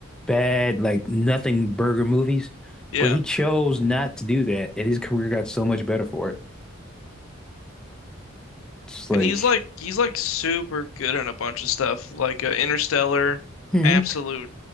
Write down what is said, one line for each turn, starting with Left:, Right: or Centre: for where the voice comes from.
Centre: bad like nothing burger movies,
Left: yeah,
Centre: but he chose not to do that, and his career got so much better for it. It's like
Left: and he's like he's like super good in a bunch of stuff, like uh, Interstellar,
Centre: hmm
Left: absolute